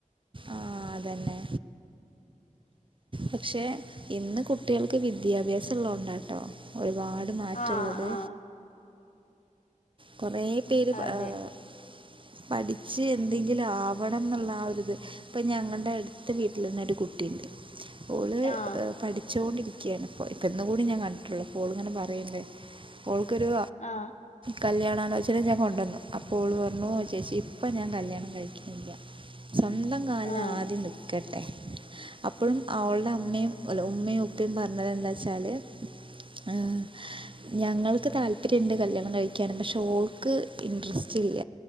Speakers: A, on the right; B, on the left.
A: ആഹ് അതന്നെ, പക്ഷെ ഇന്ന് കുട്ടിയാൾക്ക് വിദ്യാഭ്യാസള്ളോണ്ടട്ടോ ഒരുപാട് ട് മാറ്റള്ളത്.
B: ആഹ് ആഹ്
A: കൊറേ പേര്
B: അതെ
A: ഏഹ് പഠിച്ച് എന്തെങ്കിലും ആവണം ന്നുള്ള ആ ഒരു ഇത്. പ്പൊ ഞങ്ങൾടെ അടുത്ത് വീട്ടിലെന്നെ ഒരു കുട്ടിണ്ട് ഓള്
B: ആഹ്
A: പഠിച്ചോണ്ടിരിക്യാണ്. ഇപ്പൊ ഇപ്പോന്ന് കൂടി ഞാൻ കണ്ടിട്ടുളളു അ പോള്ങ്ങനെ പറയിണ്ട് ഓൾക്കൊരു
B: ആഹ്
A: കല്യാണാലോചന ഞാൻ കൊണ്ടുവന്നു. അപ്പോ ഓള് പറഞ്ഞു ചേച്ചിഇപ്പം ഞാൻ കല്യാണം കഴിക്ക്ണില്ല.
B: <inaudible>
A: സ്വന്തം കാലില്
B: ആഹ്
A: ആദ്യം നിക്കട്ടെ, അപ്പൊഴും അവൾടെ അമ്മയും അല്ല ഉമ്മയും ഉപ്പയും പറഞ്ഞത് എന്താച്ചാല് ഏഹ് ഞങ്ങൾക്ക് താല്പര്യംണ്ട് കല്ല്യാണം കഴി ക്കാന് പഷേ ഓൾക്ക് ഇന്ട്രസ്റ്റ് ഇല്ല.